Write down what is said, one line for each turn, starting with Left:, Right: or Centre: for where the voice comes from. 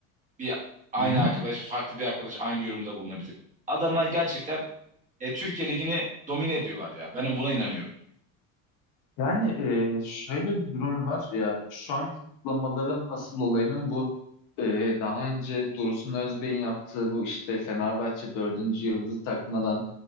Right: bir aynı
Left: Hı hı.
Right: arkadaş, farklı bir arkadaş aynı yorumda bulunabilir. Adamlar gerçekten e, Türkiye Ligi'ni domine ediyorlar ya. Ben buna inanıyorum.
Left: Yani e, şöyle bir durum var ya şu an kutlamaların asıl olayının bu e, daha önce Dursun Özbey'in yaptığı bu işte Fenerbahçe dördüncü yıldızı takmadan